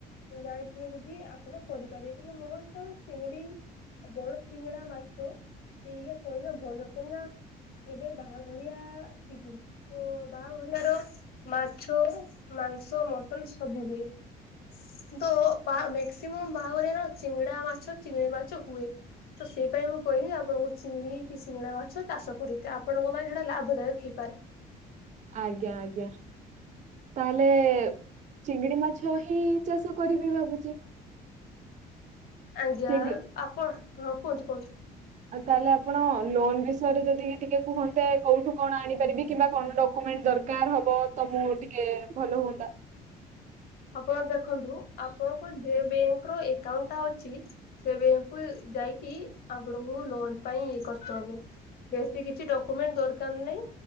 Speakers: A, on the left (about 65°); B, on the right (about 45°).
A: ଜାଣିଥିବେ ଯଦି ଆପଣ କରିପାରିବେ କିନ୍ତୁ ମୋ ହିସାବରେ ଚିଙ୍ଗଡି ଉ ବଡ ସିଂଡ଼ା ମାଛ ଏଇ ଯେ କହିଲ ଭଲ କେନା ଏବେ ବାହାଘରିଆ ସିିଜିନ। ଓ ବାହାଘଡିଆ ର ମାଛ ମାଂସ ମଟନ ସବୁ ହୁଏ। କି <inaudible> ମକ୍ସିମମ୍ ବାହାଘରେ ର ଚିଙ୍ଗଡା ମାଛ ଚିଙ୍ଗଡି ମାଛ ହୁଏ। ତ ସେଇ ପାଇଁଁ ମୁଁ କହିଲି ଆପଣଙ୍କୁ ଚିଙ୍ଗୁଡି କି ସିଙ୍ଗୁଣା ମାଛ ଚାଷ କରିଥାେ ଆପଣଙ୍କ ମାନ ସେଟା ଲାଭଦାୟକ ହେଇପାରେ।
B: ଆଜ୍ଞା ଆଜ୍ଞା। ତାହେଲେ ଚିଙ୍ଗଡି ମାଛ ହିଁ ଚାଷ କରିବି ଭାବୁଛି।
A: ଆଜ୍ଞା
B: ଚିଙ୍ଗି
A: ଆପଣ ହଁ କୁହନ୍ତୁ କୁହନ୍ତୁ।
B: ଆଉ ତାହେଲେ ଆପଣ ଲୋନ ବିଷୟରେ ଯଦି ଟିକେ କୁହନ୍ତେ କୋଉଠୁ କଣ ଆଣିପାରିବି କିମ୍ବା କଣ ଡକ୍ୟୁମେଣ୍ଟ ଦର କାର ହବ ତମ ଟିକେ ଭଲ ହୁଅନ୍ତା।
A: ଆପଣ ଦେଖନ୍ତୁ ଆପଣଙ୍କ ଯେ ବ୍ୟାଙ୍କ ର ଏକାଉଣ୍ଟ ଟା ଅଛି। ସେ ବ୍ୟାଙ୍କକୁ ଯାଇକି ଆପଣଙ୍କୁ ଲୋନ ପାଇଁ ଇ କର। <unintelligible> ବେଶୀ କିଛି ଡକ୍ୟୁମେଣ୍ଟ ଦରକାର ନାହିଁ।